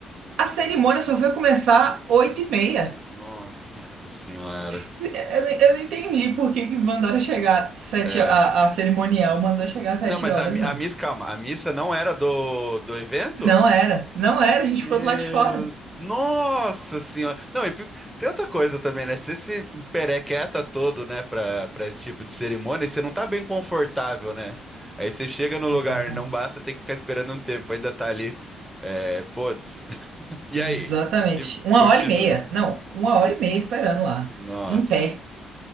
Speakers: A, on the right (about 80°); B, in the centre.
A: A cerimônia só foi começar oito e meia.
B: Nossa senhora.
A: Se- é, Eu, não- eu não entendi por que que mandaram chegar sete
B: É.
A: a, a cerimonial mandou chegar às 7
B: Não, mas
A: horas,
B: a, mi-
A: não.
B: a missa, calma, a missa não era do, do evento?
A: Não era, não era, a
B: Meu,
A: gente ficou do lado de fora.
B: nossa senhora. Não, e por- tem outra coisa também, né? Você se perequeta todo, né, pra, pra esse tipo de cerimônia, você não tá bem confortável, né? Aí você chega no lugar,
A: Exatamente.
B: não basta ter que ficar esperando um tempo, ainda tá ali, é, putz. <laughs> E
A: Exatamente.
B: aí? E
A: Uma
B: continua.
A: hora e meia. Não, uma hora e meia esperando lá.
B: Nossa,
A: Em pé.